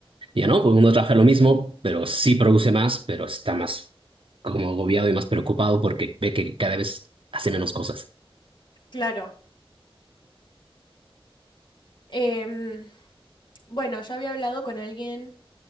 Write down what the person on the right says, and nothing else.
ya no, pues uno trabaja lo mismo, pero sí produce más, pero está más como agobiado y más preocupado porque ve que cada vez hace menos cosas.